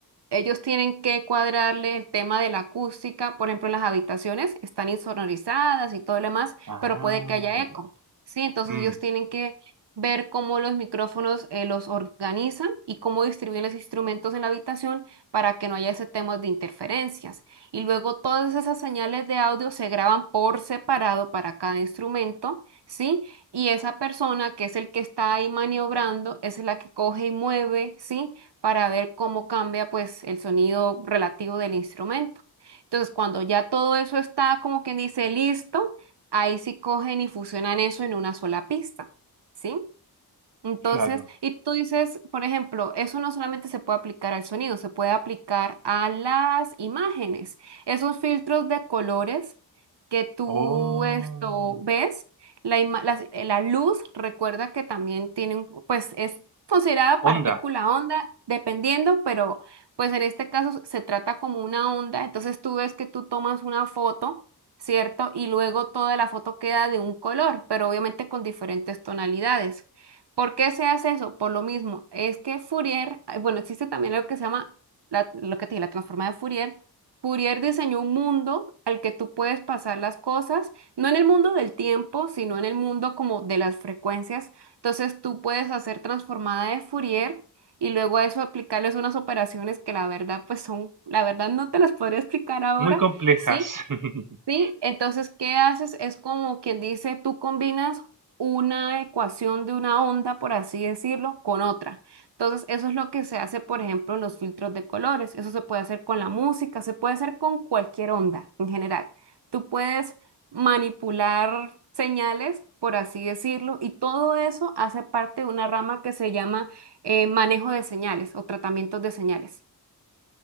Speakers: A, on the right; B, on the right.
A: Ellos tienen que cuadrarle el tema de la acústica, por ejemplo, en las habitaciones están insonorizadas y todo lo demás,
B: Ah,
A: pero puede que haya
B: verdad.
A: eco, ¿sí? Entonces
B: Mm,
A: ellos tienen que ver cómo los micrófonos eh, los organizan y cómo distribuyen los instrumentos en la habitación para que no haya ese tema de interferencias. Y luego todas esas señales de audio se graban por separado para cada instrumento, ¿sí? Y esa persona que es el que está ahí maniobrando es la que coge y mueve, ¿sí? para ver cómo cambia pues el sonido relativo del instrumento. Entonces, cuando ya todo eso está como quien dice listo, ahí sí cogen y fusionan eso en una sola pista, ¿sí? Entonces,
B: claro.
A: y tú dices, por ejemplo, eso no solamente se puede aplicar al sonido, se puede aplicar a las imágenes. Esos filtros de colores que tú
B: Oh.
A: esto ves, la, ima- las- eh, la luz, recuerda que también tiene un, pues es considerada
B: Onda,
A: partícula onda, dependiendo, pero pues en este caso se trata como una onda. Entonces tú ves que tú tomas una foto. ¿Cierto? Y luego toda la foto queda de un color, pero obviamente con diferentes tonalidades. ¿Por qué se hace eso? Por lo mismo, es que Fourier, ay, bueno, existe también algo que se llama la, lo que te dije, la transforma de Fourier. Fourier diseñó un mundo al que tú puedes pasar las cosas, no en el mundo del tiempo, sino en el mundo como de las frecuencias. Entonces tú puedes hacer transformada de Fourier y luego a eso aplicarles unas operaciones que la verdad, pues son, la verdad no te las podría explicar ahora,
B: muy complejas.
A: ¿sí?
B: <laughs>
A: Sí, entonces, ¿qué haces? Es como quien dice, tú combinas una ecuación de una onda, por así decirlo, con otra. Entonces, eso es lo que se hace, por ejemplo, en los filtros de colores. Eso se puede hacer con la música, se puede hacer con cualquier onda en general. Tú puedes manipular señales, por así decirlo, y todo eso hace parte de una rama que se llama eh, manejo de señales o tratamientos de señales.